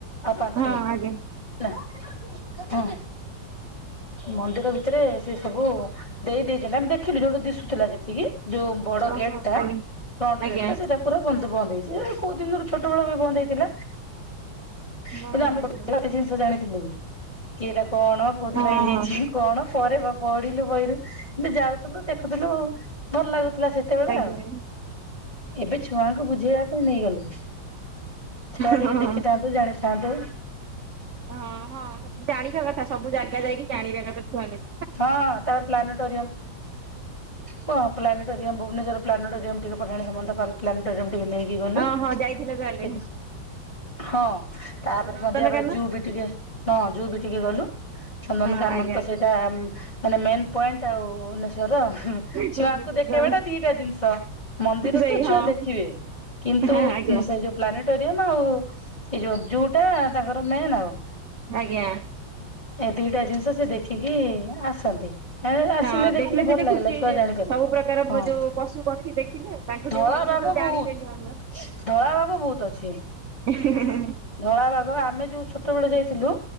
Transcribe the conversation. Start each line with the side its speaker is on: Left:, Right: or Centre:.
Left: ଆଉ ପାଞ୍ଚ
Right: ହଁ
Left: ମିନ୍ଟି
Right: ଆଜ୍ଞା
Left: ହେଲା, ହୁଁ, ମନ୍ଦିର ଭିତରେ ସେ ସବୁ ଦେଇ ଦେଇଚନ୍ତି, ଆମେ ଦେଖିଲୁ। ଯୋଉଠୁ ଦିଶୁଥିଲା ଯେତିକି ଯୋଉ ବଡ
Right: ଓହୋ
Left: ଗେଟ୍ ଟା ଫ୍ରଣ୍ଟ୍
Right: ଆଜ୍ଞା। ଆଜ୍ଞା
Left: ଗେଟ୍ ଟା ସେଟା ପୁରା ବନ୍ଦ ବନ୍ଦ ହେଇଛି। କୋଉ ଦିନରୁ ଛୋଟ ବେଳୁ ବି ବନ୍ଦ ହେଇଥିଲା? କିନ୍ତୁ
Right: ହଁ
Left: ଆମେ
Right: ଆଜ୍ଞା
Left: ଗୋ <inaudible> ଗୋଟେ ଜିନିଷ ଜାଣିଥିଲୁ କି, ଏଇଟା କଣ, କୋଉଥିପାଇଁ
Right: ହଁ
Left: ହେଇଛି? କଣ ପରେ! ବା ପଢିଲୁ ବହିରୁ କିନ୍ତୁ ଯାଉଥିଲୁ, ଦେଖୁଥିଲୁ, ଭଲ ଲାଗୁଥିଲା ସେତ୍ ତେବେଳେ
Right: ଆଜ୍ଞା।
Left: ଆଉ। ଏବେ ଛୁଆଙ୍କୁ ବୁଝେଇବା ନେଇଗଲୁ ଛୁଆ
Right: ହଁ
Left: ଟିକେ ଦେଖିଥାନ୍ତୁ ଜାଣିଥାନ୍ତୁ।
Right: ହଁ ହଁ ସବୁ ଜାଣିବା କଥା ସବୁ ଜାଗା ଯାଇକି ଜାଣିବା କଥା କହୁନି।
Left: ହଁ ତାପରେ ପ୍ଲାନେଟୋରିୟମ୍ କୁହ ପ୍ଲାନ ପ୍ଲାନେଟୋରିୟମ ଭୁବନେଶ୍ୱର ପ୍ଲାନେଟୋରିୟମ୍‌ ଟିକେ ପଠାଣି ସାମନ୍ତ ପା ପ୍ଲାନେଟୋରିୟମ୍ ଟିକେ ନେଇକି ଗଲୁ।
Right: ହଁ ହଁ
Left: ସେ
Right: ଯାଇଥିଲେ ତାହେଲେ
Left: ହଁ ତାପରେ
Right: ଆଉ ନନ୍ଦନକାନନ
Left: ସନ୍ଧ୍ୟା ବେଳେ ଜୁ ବି ଟିକେ ହଁ ଜୁ ବି ଟିକେ ଗଲୁ। ଚନ୍ଦନକାନନ
Right: ହଁ ଆଜ୍ଞା
Left: ତ ସେଇଟା ମାନେ ମେନ୍ ପଏଣ୍ଟ ଆଉ। ର
Right: ଭୁବନେଶ୍ୱର
Left: ଛୁଆଙ୍କୁ ଦେଖେଇବା
Right: ଆଉ
Left: ଟା ଦିଟା ଜିନିଷ ମନ୍ଦିର
Right: ସେଇ
Left: ତୁ
Right: ହଁ
Left: ଛୁଆ ଦେଖିବେ। କିନ୍ତୁ
Right: ହଁ ଆଜ୍ଞା
Left: ସେ ଯୋଉ ପ୍ଲାନେଟୋରିୟମ ଆଉ ଏ ଯୋଉ ଜୁଟା ତାଙ୍କର ମେନ୍ ଆଉ।
Right: ଆଜ୍ଞା।
Left: ଏ ଦିଟା ଜିନିଷ ସେ ଦେଖିକି ଆସନ୍ତି। ଆସିଲେ
Right: ହଁ ଦେଖିଲେ ସେତେ
Left: ଭଲ ଲାଗିଲା
Right: ଖୁସି ହେଇଯିବ
Left: ଛୁଆ ଜାଣିପାରିଲେ
Right: ସବୁ ପ୍ରକାର
Left: ହଁ
Right: ଯୋଉ ପଶୁ ପକ୍ଷୀ ଦେଖିଲେ। ତାଙ୍କୁ
Left: ଧଳା
Right: ଟିକେ ଭଲଷେ
Left: ବାଘ
Right: ସବୁ ଜାଣିବେନୁ
Left: ବହୁତ
Right: ଆମ
Left: ଧଳା ବାଘ ବହୁତ ଅଛି।
Right: ହେଁ ହେଁ ହେଁ।
Left: ଧଳା ବାଘ ଆମେ ଯୋଉ ଛୋଟ ବେଳେ ଯାଇଥିଲୁ